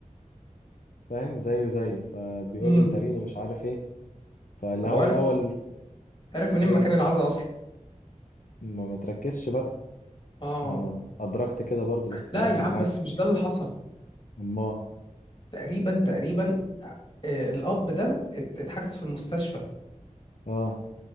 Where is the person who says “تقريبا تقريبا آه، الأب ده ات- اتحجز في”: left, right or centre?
Left